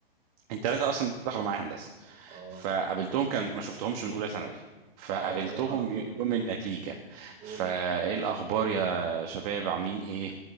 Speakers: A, on the right; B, on the right.
A: الثلاثه اصلا دخلوا معايا هندسه
B: اه
A: فقابلتهم كان ما شفتهمش من اولى ثانوي فقابلتهم
B: اه يا نهار ابيض
A: ي- يوم النتيجة
B: اوف
A: فايه الاخبار يا شباب عاملين ايه